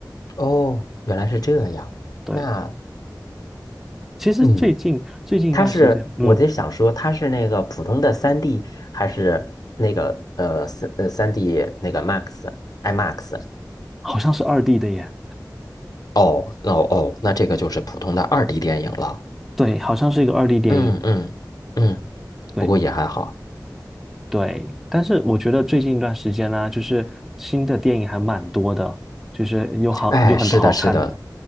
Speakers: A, on the left; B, in the centre.
A: 哦，原来是这样。
B: 对，
A: 那。
B: 其实最近最近一段时间，
A: 嗯。它是我在想说，
B: 嗯，
A: 它是那个普通的三 d 还是那个呃三呃三 d 那个 Max IMAX？
B: 好像是二 D 的耶。
A: 哦，那哦哦，那这个就是普通的二 D 电影了。
B: 对，好像是一个二 D 电影。
A: 嗯嗯嗯，
B: 对
A: 不过也还好。
B: 对，但是我觉得最近一段时间呢、就是新的电影还蛮多的，就是有好有很多好看的。
A: 哎，是的，是的，